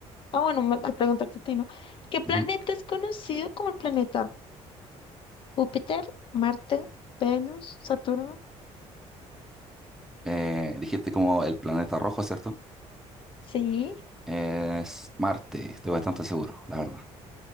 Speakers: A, on the left; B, in the centre.
A: Ah, bueno, me- a preguntarte a ti, ¿no? ¿Qué planeta
B: Ujú.
A: es conocido como el planeta? ¿Júpiter, Marte, Venus, Saturno?
B: Eh, dijiste como el planeta rojo, ¿cierto?
A: Sí,
B: Es Marte, estoy bastante seguro, la verdad.